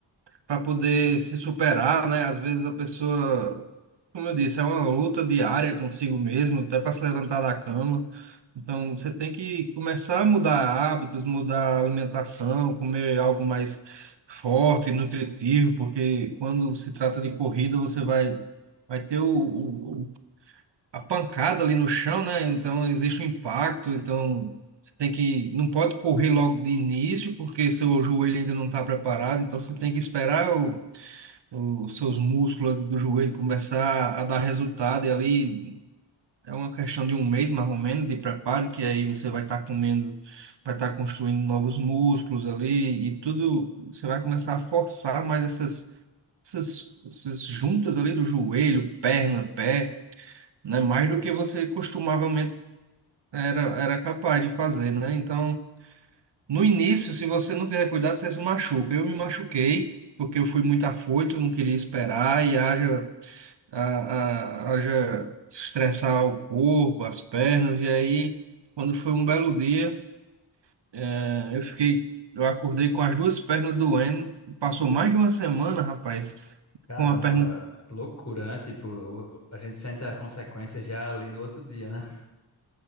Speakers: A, on the right; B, on the left.
A: para poder se superar, né? Às vezes a pessoa, como eu disse, é uma luta diária consigo mesmo, até para se levantar da cama. Então você tem que começar a mudar hábitos, mudar a alimentação, comer algo mais forte, nutritivo, porque quando se trata de corrida, você vai vai ter o, o- o- a pancada ali no chão, né? Então existe um impacto, então Você tem que, não pode correr logo de início, porque seu joelho ainda não está preparado, então você tem que esperar os seus músculos ali do joelho começar a dar resultado, e ali é uma questão de um mês mais ou menos de preparo, que aí você vai estar comendo, vai estar construindo novos músculos ali, e tudo, você vai começar a forçar mais essas, essas, essas juntas ali do joelho, perna, pé, né? Mais do que você costumavamente era, era capaz de fazer, né? Então, no início, se você não tiver cuidado, você se machuca. Eu me machuquei. Porque eu fui muito afoito, não queria esperar, e haja a, a, haja estressar o corpo, as pernas, e aí, quando foi um belo dia, eh, eu fiquei, eu acordei com as duas pernas doendo, passou mais de uma semana, rapaz,
B: Caramba,
A: com a perna.
B: loucura, né? Tipo, o- a gente sente a consequência já ali no outro dia, né? <laughs>